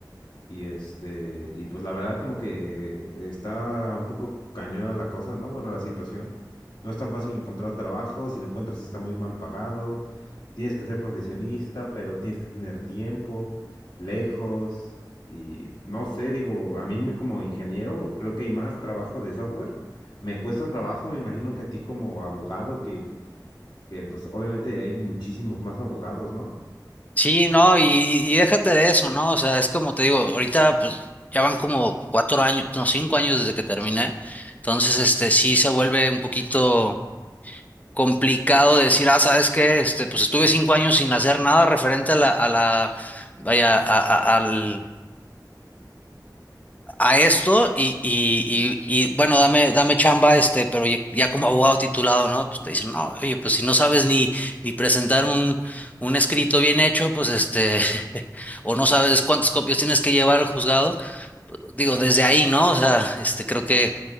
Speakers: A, on the left; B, on the left.
A: Y este, y pues la verdad como que está un poco cañona la cosa, ¿no? Bueno, la situación. No es tan fácil encontrar trabajo, si lo encuentras está muy mal pagado, tienes que ser profesionista, pero tienes que tener tiempo, lejos, y no sé, digo, a mí me- como ingeniero creo que hay más trabajo de software. Me cuesta trabajo, me imagino que a ti como abogado, que, que pues obviamente hay muchísimos más abogados, ¿no?
B: Sí, no, y, y déjate de eso, ¿no? O sea, es como te digo, ahorita, pues, ya van como cuatro años, no, cinco años desde que terminé. Entonces, este, sí se vuelve un poquito complicado de decir, ah, ¿sabes qué? Este, pues estuve cinco años sin hacer nada referente a la, a la, vaya, a, a- al, a esto y, y, y, y, bueno, dame, dame chamba, este, pero ya, ya como abogado titulado, ¿no? Pues te dicen, no, oye, pues si no sabes ni, ni presentar un, un escrito bien hecho, pues este, <laughs> o no sabes cuántas copias tienes que llevar al juzgado, pues, digo, desde ahí, ¿no? O sea, este, creo que